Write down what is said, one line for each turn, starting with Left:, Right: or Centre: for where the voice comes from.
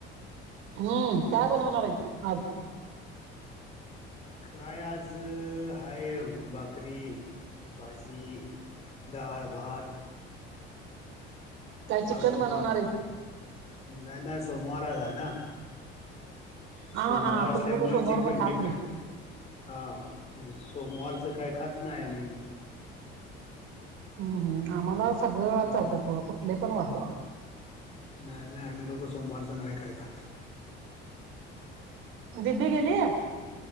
Right: हम्म काय बनवणार आहेत आज.
Left: हा. काय आज हाये भाकरी भाजी. दाळ भात.
Right: काय चिकन
Left: आज सोमवार
Right: बनवणार आहेत
Left: नाही नाही सोमवार आज आहे ना. सोमवार
Right: हा हा
Left: असल्यामुळे
Right: तुम्ही लोक सोमवारच
Left: चिक्कन
Right: खात
Left: बिकन.
Right: नाही
Left: हा सोमवारचं काय खात नाही आम्ही.
Right: हम्म आम्हाला सगळ वार
Left: हम्म
Right: चालतात बघा कुठले पण वार देवा.
Left: नाही नाही आम्ही लोक सोमवारच नाही काई खात.
Right: दिदी गेली ये.